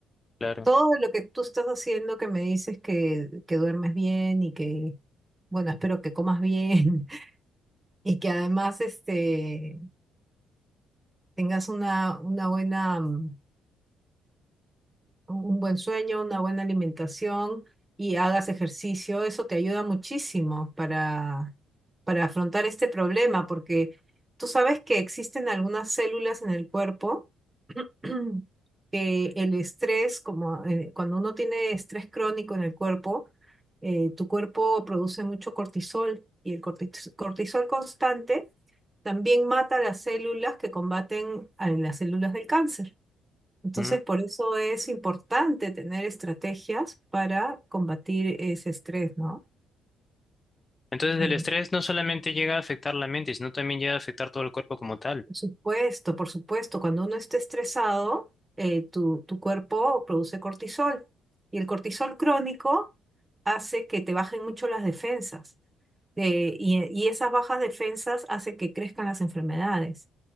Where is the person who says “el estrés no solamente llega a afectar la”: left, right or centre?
Left